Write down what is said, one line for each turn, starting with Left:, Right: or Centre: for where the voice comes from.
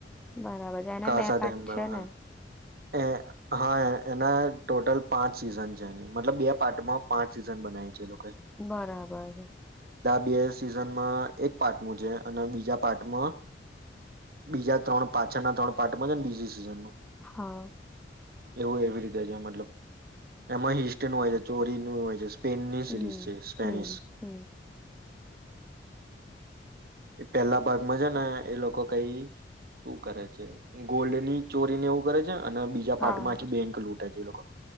Centre: બરાબર છે એને
Right: ખાસા
Centre: બે પાટ
Right: ટાઈમ પર
Centre: છે ને.
Right: હા એ હા એના ટોટલ પાંચ સીઝન છે એની મતલબ બે પાર્ટમાં પાંચ સીઝન બનાઈ છે એ લોકો
Centre: બરાબર.
Right: બે સિઝનમાં એક પાર્ટ નું છે, અને બીજા પાર્ટમાં બીજા ત્રણ પાછળના ત્રણ પાર્ટમાં છે ને બીજી સીઝન નું.
Centre: હા.
Right: એવું એવી રીતે છે મતલબ. એમાં હિસ્ટ નું હોય છે ચો રી નું હોય છે સ્ પેનની
Centre: હમ
Right: સિરીઝ છે એ સ્પેનિશ.
Centre: હમ હમ
Right: એ પેલા ભાગમાં છે ને એ લોકો કઈ શું કરે છે ગોલ્ડ ની ચોરીને એવું કરે છે. અને બીજા
Centre: હા
Right: પાર્ટમાં બેંક લૂટ. તે જે લોકો